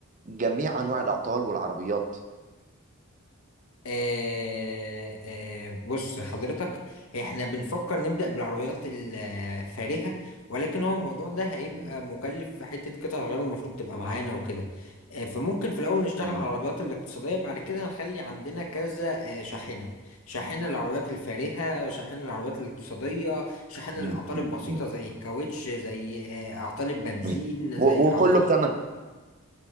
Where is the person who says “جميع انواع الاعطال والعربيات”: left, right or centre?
Right